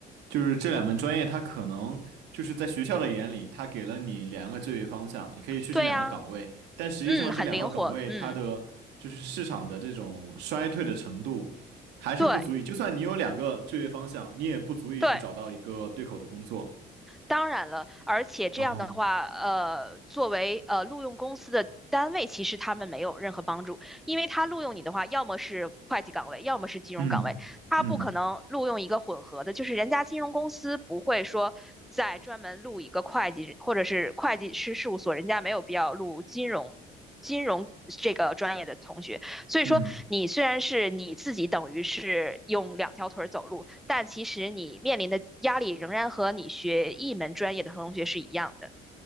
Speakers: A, on the right (about 90°); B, in the centre.
A: 就是这两门专业，它可能就是在学校的眼里，它给了你两个就业方向，你可以去这两个岗位，
B: 对呀、啊
A: 但实际上这两个岗位它的就是市场的这种衰退的程度还是不足以，
B: 嗯，很灵活，嗯，对
A: 就算你有两个就业方向，你也不足以去找到一个对口的工作。
B: 对。当然了，而且这样的话，
A: 然后，
B: 呃，作为呃录用公司的单位，其实他们没有任何帮助，因为他录用你的话，要么是会计岗位，要么是金融岗位，
A: 嗯嗯
B: 他不可能录用一个混合的，就是人家金融公司不会说再专门录一个会计或者是会计师事务所，人家没有必要录金融。金融这个专业的同学，所以说，
A: 嗯。
B: 你虽然是你自己等于是用两条腿走路，但其实你面临的压力仍然和你学一门专业的同学是一样的。